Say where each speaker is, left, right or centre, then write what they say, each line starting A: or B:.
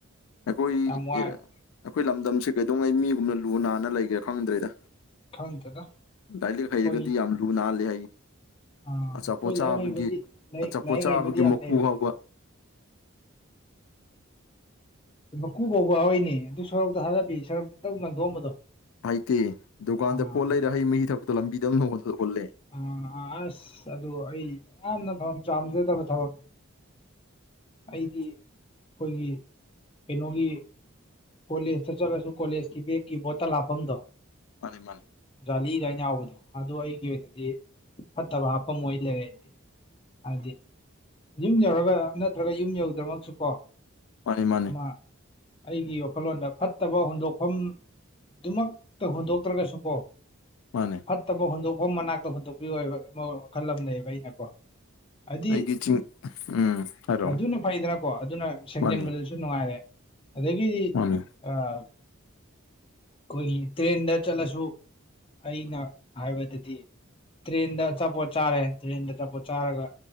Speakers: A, on the left (about 75°); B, on the left (about 25°).
A: ꯑꯩꯈꯣꯏ
B: ꯌꯥꯝ ꯋꯥꯏ
A: ꯑꯦ ꯑꯩꯈꯣꯏ ꯂꯝꯗꯝꯁꯦ ꯀꯩꯗꯧꯉꯩ ꯃꯤꯒꯨꯝꯅ ꯂꯨ ꯅꯥꯟꯅ ꯂꯩꯒꯦꯔꯥ ꯈꯪꯗ꯭ꯔꯦꯗ
B: ꯈꯪꯗꯦꯗ
A: ꯂꯥꯏꯔꯤꯛ
B: ꯑꯩꯈꯣꯏꯒꯤ
A: ꯍꯩꯔꯒꯗꯤ ꯌꯥꯝ ꯂꯨ ꯅꯥꯜꯂꯦ ꯍꯥꯏꯌꯦ
B: ꯑꯥ ꯑꯩꯈꯣꯏ
A: ꯑꯆꯥꯄꯣꯠ ꯆꯥꯕꯒꯤ
B: ꯂꯥꯏꯔꯤꯛ ꯍꯩꯕꯗꯤ ꯂꯥꯏꯔꯤꯛ
A: ꯑꯆꯥꯄꯣꯠ
B: ꯂꯥꯏꯔꯤꯛ
A: ꯆꯥꯕꯒꯤ
B: ꯍꯩꯕꯗꯤ ꯌꯥꯝ
A: ꯃꯀꯨ
B: ꯂꯩꯕꯅꯦ
A: ꯐꯥꯎꯕ
B: ꯃꯀꯨ ꯐꯥꯎꯕ ꯍꯣꯏꯅꯦ ꯑꯗꯨ ꯁꯣꯔꯣꯛꯇ ꯊꯥꯗꯗꯦ ꯁꯣꯔꯣꯛꯇ ꯑꯗꯨꯝ ꯂꯪꯊꯣꯛꯑꯝꯕꯗꯣ
A: ꯍꯥꯏꯗꯤ ꯗꯨꯀꯥꯟꯗ
B: ꯑꯥ
A: ꯄꯣꯠ ꯂꯩꯔ ꯍꯩ ꯃꯍꯤ ꯊꯛꯄꯗꯣ ꯂꯝꯕꯤꯗ ꯑꯃꯛ ꯍꯨꯜꯂꯦ
B: ꯑ ꯑ ꯑꯁ ꯑꯗꯨ ꯑꯩ ꯌꯥꯝꯅ ꯐꯝ ꯆꯥꯝꯖꯗꯕ ꯊꯕꯛꯅꯤ ꯑꯩꯗꯤ ꯑꯩꯈꯣꯏꯒꯤ ꯀꯩꯅꯣꯒꯤ ꯀꯣꯂꯦꯖꯇ ꯆꯠꯂꯁꯨ ꯀꯣꯂꯦꯖꯀꯤ ꯕꯦꯛꯀꯤ ꯕꯣꯠꯇꯜ ꯍꯥꯞꯐꯝꯗꯣ
A: ꯃꯥꯅꯤ ꯃꯥꯅꯤ
B: ꯖꯥꯂꯤꯗꯥꯢ ꯌꯥꯎꯕꯗꯣ ꯑꯗꯨ ꯑꯩꯒꯤ ꯑꯣꯏꯅꯗꯤ ꯐꯠꯇꯕ ꯍꯥꯞꯐꯝ ꯑꯣꯏ ꯂꯩꯔꯦ ꯑꯩꯗꯤ ꯍꯥꯏꯕꯗꯤ ꯌꯨꯝ ꯌꯧꯔꯒ ꯅꯠꯇ꯭ꯔꯒ ꯌꯨꯝ ꯌꯧꯗ꯭ꯔꯃꯛꯁꯨ ꯀꯣ
A: ꯃꯥꯅꯦ ꯃꯥꯅꯦ
B: ꯃꯥ ꯑꯩꯒꯤ ꯌꯣ ꯋꯥꯈꯜꯂꯣꯟꯗ ꯐꯠꯇꯕ ꯍꯨꯟꯗꯣꯛꯐꯝ ꯗꯨꯃꯛꯇ ꯍꯨꯟꯗꯣꯛꯇ꯭ꯔꯒꯁꯨ ꯀꯣ
A: ꯃꯥꯅꯦ
B: ꯐꯠꯇꯕ ꯍꯨꯟꯗꯣꯛꯐꯝ ꯃꯅꯥꯛꯇ ꯍꯨꯟꯗꯣꯛꯄꯤꯌꯨ ꯍꯥꯏꯕ ꯑꯃ ꯋꯥꯈꯜ ꯑꯃ ꯂꯩꯌꯦꯕ ꯑꯩꯅ ꯀꯣ ꯍꯥꯏꯗꯤ
A: ꯑꯩꯒꯤ ꯆꯤꯡ ꯎꯝ ꯍꯥꯏꯔꯣ
B: ꯑꯗꯨꯅ ꯐꯩꯗꯅꯀꯣ ꯑꯗꯨꯅ ꯁꯦꯡꯖꯟꯕꯗꯁꯨ
A: ꯃꯥꯅꯤ
B: ꯖꯨ ꯅꯨꯡꯉꯥꯏꯔꯦ ꯑꯗꯒꯤꯗꯤ
A: ꯃꯥꯅꯤ
B: ꯑꯥ ꯑꯩꯈꯣꯏꯒꯤ ꯇ꯭ꯔꯦꯟꯗ ꯆꯠꯂꯁꯨ ꯑꯩꯅ ꯍꯥꯏꯕꯗꯗꯤ ꯇ꯭ꯔꯦꯟꯗ ꯑꯆꯥꯄꯣꯠ ꯆꯥꯔꯦ ꯇ꯭ꯔꯦꯟꯗ ꯑꯆꯥꯄꯣꯠ ꯆꯥꯔꯒ